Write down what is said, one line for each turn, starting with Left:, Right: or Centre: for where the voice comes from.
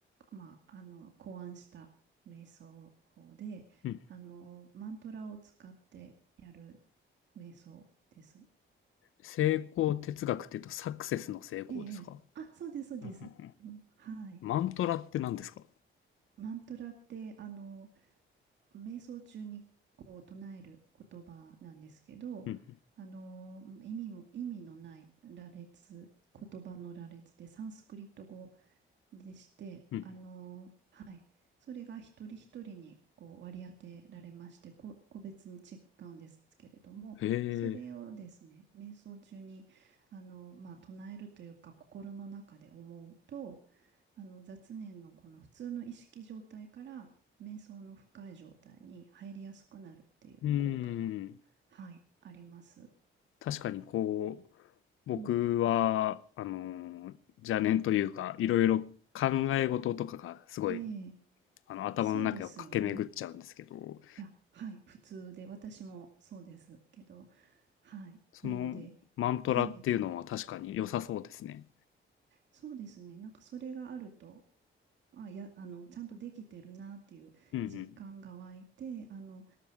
Right: まあ、あの、考案した瞑想法で、
Left: ー、うん。
Right: あの、マントラを使ってやる瞑想です
Left: 成功哲学って言うとサクセスの成功ですか
Right: ね。ええ、あ、そうです、そうです。
Left: うんうんうん
Right: うんはい。
Left: マントラって何ですか
Right: マントラって、あの、瞑想中にこう唱える言葉なんですけど、
Left: うん
Right: あの、意味も、意味のない羅列、言葉の羅列で、サンスクリット語でして、
Left: うんうん。
Right: あの、はい。それが一人一人にこう割り当てられまして、こ、個別に違うんですけれども、
Left: へえ。
Right: それをですね、瞑想中に、あの、まあ、唱えるというか、心の中で思うと、あの、雑念のこの普通の意識状態から、瞑想の深い状態に入りやすくなるっていう効果が、
Left: うーん。
Right: はい、あります。
Left: 確かにこう、僕は、
Right: うん。
Left: あのー邪念というか、いろいろ考え事とかがすごい、
Right: ええ、
Left: あの、頭の中を駆け巡っちゃうんですけど、
Right: そうですよね。いや、はい、普通で、私もそうですけど、はい。
Left: そのマントラっていうのは確かに良さそうですね。
Right: なので、ええ、そうですね。なんかそれがあると、あ、いや、あの、ちゃんとできてるなっていう実感が湧いて、
Left: うん
Right: あの、